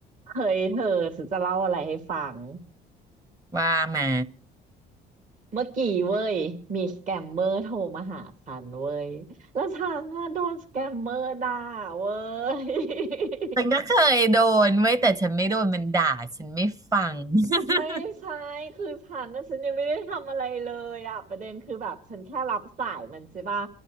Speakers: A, on the right (about 50°); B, on the right (about 20°).
A: เฮ้ยเธอฉันจะเล่าอะไรให้ฟัง
B: ว่ามา
A: เมื่อกี้เว้ยมีสแกมเมอร์โทรมาหาฉันเว้ยแล้วฉันน่ะโดนสแกมเมอร์ด่าเว้ย <laughs>
B: ฉันก็เคยโดนเว้ยแต่ฉันไม่โดนมันด่าฉันไม่ฟัง <laughs>
A: ไม่ใช่คือฉันนะฉันยังไม่ได้ทำอะไรเลยอ่ะประเด็นคือแบบฉันแค่รับสายมันใช่ปะ